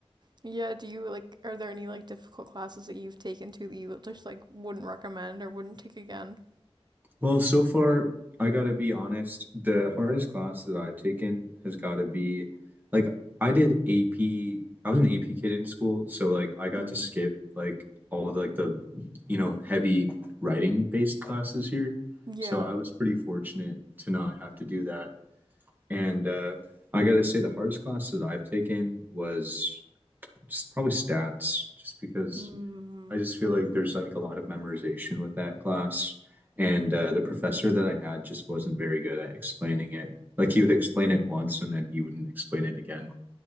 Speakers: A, on the right (about 45°); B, on the right (about 15°).
A: Yeah, do you like are there any like difficult classes that you've taken to that you just like wouldn't recommend or wouldn't take again?
B: Well, so far, I gotta be honest, the hardest class that I've taken has gotta be like I did AP. I was an AP kid in school, so like I got
A: hmm
B: to skip like all the, like the you know heavy writing based classes here.
A: Yeah.
B: So I was pretty fortunate to not have to do that. And uh, I got to say, the hardest classes I've taken was s- probably stats, just because
A: Mm.
B: I just feel like there's like a lot of memorization with that class. And uh, the professor that I had just wasn't very good at explaining it. Like he would explain it once and then he wouldn't explain it again.